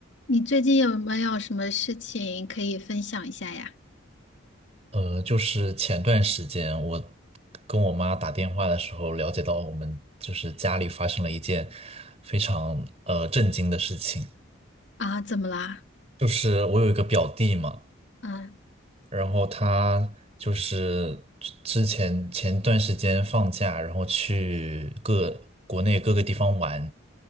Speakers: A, on the left (about 65°); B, on the right (about 30°).
A: 你最近有没有什么事情可以分享一下呀？
B: 呃，就是前段时间我跟我妈打电话的时候，了解到我们就是家里发生了一件非常呃震惊的事情，
A: 啊，怎么啦？
B: 就是我有一个表弟嘛，
A: 啊，
B: 然后他就是之之前前段时间放假，然后去各国内各个地方玩，